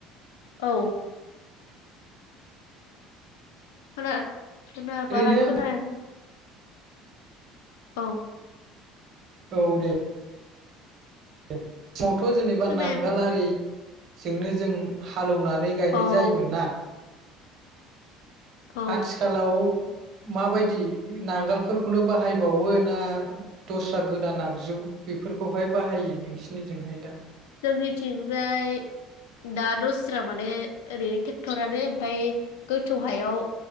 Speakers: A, on the left; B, on the right.
A: औ खोना खोना
B: ओरैनो
A: बारा खोनाया औ
B: औ दे दे फुङावथ जेनेबा
A: खोनायाखै
B: नांगालारि जोंनो जों हालेवनानै गायनाय
A: औ
B: जायोमोन ना
A: औ
B: आथिखालाव माबायदि नांगोलफोरखौनो बाहायबावो ना दस्रा गोदान आगजु बेफोरखौहाय बाहायो नोंसिनिजोंहाय दा
A: जोंनिथिंजाय दा दस्रा माने ओरै ट्रेक्टरानो ओमफ्राय गोथौ हायाव